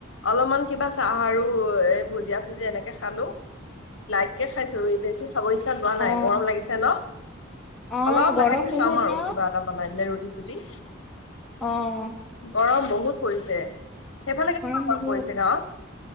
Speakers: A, on the left; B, in the centre.
A: অলপমান কিবা চাহ আৰু এ ভুজিয়া চুজিয়া এনেকে খালো। লাইকে খাইছো বেছি খাব ইচ্ছা যোৱা নাই
B: অ',
A: গৰম লাগিছে ন।।
B: অ',
A: অলপ
B: গৰম
A: লাহেকে
B: বহুত
A: খাম আৰু
B: ন?
A: কিবা এটা বনাই কেনে ৰুটি চুটি।
B: অহ
A: গৰম বহুত পৰিছে সেইফালে কেনেকুৱা
B: গৰম বহুত,
A: পৰিছে গাঁৱত?